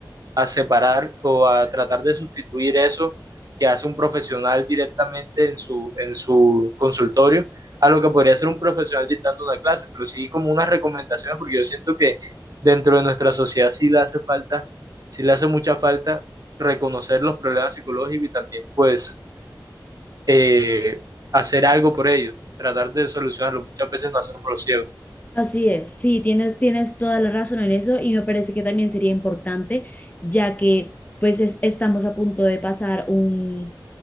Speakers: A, on the right; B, on the left.
A: a separar o a tratar de sustituir eso que hace un profesional directamente en su, en su consultorio a lo que podría ser un profesional dictando una clase, pero sí como unas recomendaciones, porque yo siento que dentro de nuestra sociedad sí le hace falta, sí le hace mucha falta reconocer los problemas psicológicos y también pues eh, hacer algo por ellos, tratar de solucionarlo. Muchas veces no hacemos los ciegos.
B: Así es, sí, tienes, tienes toda la razón en eso y me parece que también sería importante, ya que pues es- estamos a punto de pasar un,